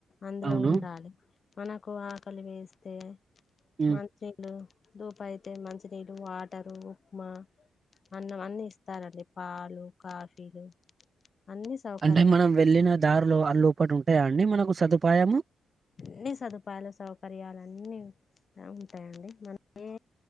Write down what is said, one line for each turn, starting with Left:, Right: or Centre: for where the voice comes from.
Left: అందులో
Right: అవును
Left: ఉండాలి. మనకు ఆకలి వేస్తే
Right: ఉమ్
Left: మంచీలు దొపైయితే మంచినీళు వా ట్టరు ఉప్మా, అన్నం అన్నీ ఇస్తారండి. పాలు కాఫీలు అన్ని సౌకర్యాలు
Right: అంటే మనం వెళ్ళిన దారిలో అ లోపటి ఉంటాయా అన్నీ మనకు సదుపాయము.
Left: అన్ని సదుపాయలు సౌకర్యాలన్నీ ఉంటాయండి. మన ఏ